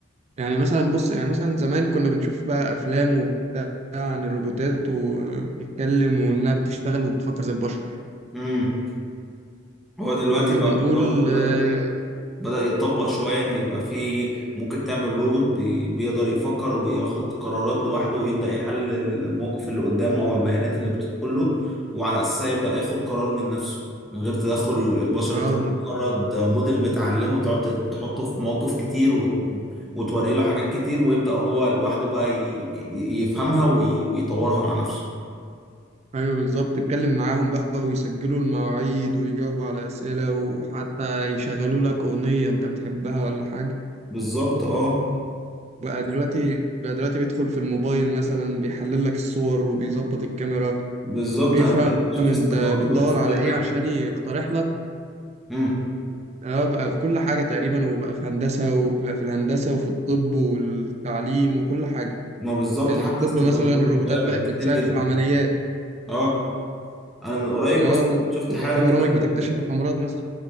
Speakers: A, on the right (about 35°); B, in the centre.
A: يعني مثلا بص يعني مثلا زمان كنا بنشوف بقى افلام وبتاع عن الروبوتات وبتتكلم وانها بتشتغل وبتفكر زي البشر
B: امم هو دلوقتي
A: كنا
B: بقى
A: بنقول
B: الموضوع ده دلوقتي
A: اه
B: بدأ يتطبق شوية إن يبقى في ممكن تعمل روبوت بي- بيقدر يفكر وياخد قرارات لوحده ويبدأ يحلل الموقف اللي قدامه أو البيانات اللي بتدخل له وعلى أساسها يبدأ ياخد قرار من نفسه من غير تدخل البشر
A: آه،
B: أنت مجرد موديل بتعلمه تقعد تحطه في مواقف كتير وت... وتوري له حاجات كتير ويبدأ هو لوحده بقى ي... ي- يفهمها وي... ويطورها مع نفسه
A: ايوه بالظبط اتكلم معاهم بقى ويسجلوا المواعيد ويجاوبوا على اسئله وحتى يشغلوا لك اغنيه انت بتحبها ولا حاجه
B: بالظبط اه
A: بقى دلوقتي بقى دلوقتي بيدخل في الموبايل مثلا بيحلل لك الصور وبيظبط الكاميرا
B: بالظبط
A: وبيفهم
B: أنا بقيت بشوف
A: انت
B: استخداماته
A: بتدور
B: بقت في
A: على
B: كل
A: ايه
B: حاجة
A: عشان يقترح لك
B: مم.
A: اه بقى في كل حاجه تقريبا وبقى في هندسه وبقى في الهندسه وفي الطب والتعليم وكل حاجه
B: ما بالظبط
A: يعني
B: حتى
A: في الطب
B: استخداماته
A: مثلا الروبوتات
B: الطبية
A: بقت
B: بقت
A: بتساعد
B: كتير جدا
A: في العمليات
B: اه انا من قريب
A: اه
B: اصلا
A: و-
B: كنت شفت
A: وبقى
B: حالة
A: في
B: كده
A: برامج
B: بي...
A: بتكتشف الامراض مثلا